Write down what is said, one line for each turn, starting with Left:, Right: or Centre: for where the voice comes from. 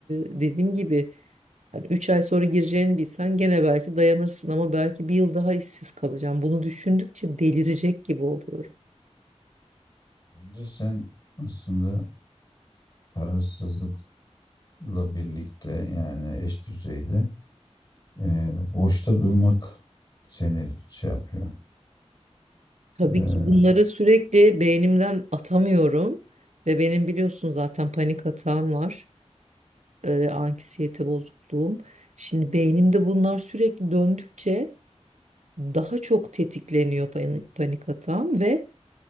Right: dediğim gibi yani 3 ay sonra gireceğini bilsen gene belki dayanırsın ama belki bir yıl daha işsiz kalacağım. Bunu düşündükçe delirecek gibi oluyorum.
Left: bence sen aslında parasızlıkla birlikte yani eş düzeyde e, boşta durmak seni şey yapıyor.
Right: Tabii
Left: E,
Right: ki bunları sürekli beynimden atamıyorum ve benim biliyorsun zaten panik atağım var. E, anksiyete bozukluğum. Şimdi beynimde bunlar sürekli döndükçe daha çok tetikleniyor panik, panik hatam ve